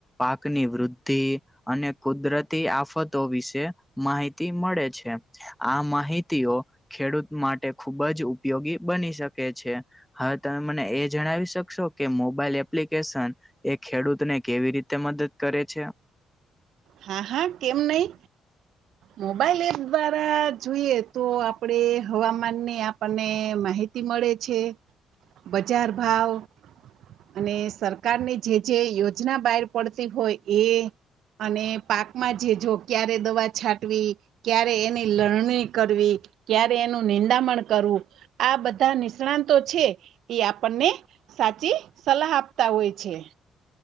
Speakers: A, in the centre; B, on the right (about 75°).
A: ની વૃદ્ધિ અને કુદરતી આફતો વિશે માહિતી મળે છે. આ માહિતીઓ ખેડૂત માટે ખૂબ જ ઉપયોગી બની શકે છે. હવે તમે મને એ જણાવી શકશો કે મોબાઈલ એપ્લિકેશન એ ખેડૂતને કેવી રીતે મદદ કરે છે?
B: હા હા કેમ નહી,
A: <inaudible> <inaudible> <unintelligible>
B: મોબાઈલ એપ દ્વારા જોઈએ તો આપડે હવામાનની આપણને માહિતી મળે છે બજાર ભાવ અને સરકારની જે જે યોજના બહાર પડતી હોય એ અને પાકમાં જે જો ક્યારે દવા છાંટવી? ક્યારે એની લરણી કરવી ક્યારે એનું નિંદામણ કરવું આ બધા નિષ્ણાતો છે એ આપણને સાચી સલાહ આપતા હોય છે.